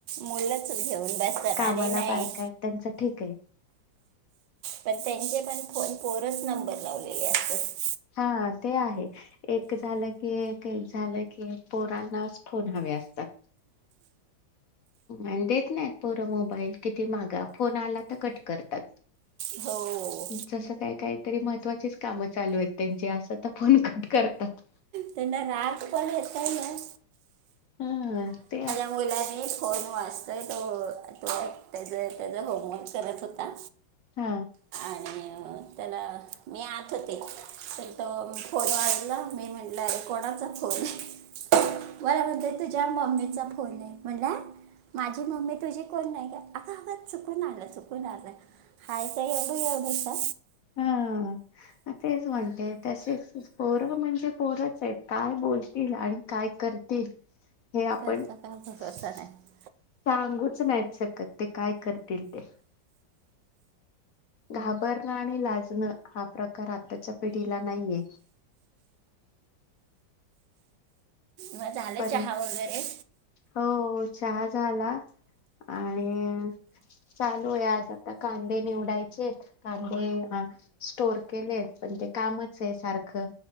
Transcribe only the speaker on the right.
मुलंच घेऊन बसतात.
नाही
पण त्यांचे पण फोन पोरच नंबर लावलेले असत.
हो
त्यांना राग पण काना
मुलाने फोन वाजतोय तो तो त्याच त्याचा होमवर्क करत होता.
आणि त्याला मी आत होते तर तो फोन वाजला मी म्हण कोणाचा फोन आहे मला म्हणतोय त्या मम्मीचा फोन हाय म्हणला. माझी मम्मी तुझी कोण नाही का आग आग चुकून आलं. चुकून आलं हाय तर एवढू एवढू सा
त्यांचा काय भरोसा
नाही
मग झालं
चहा वगैरे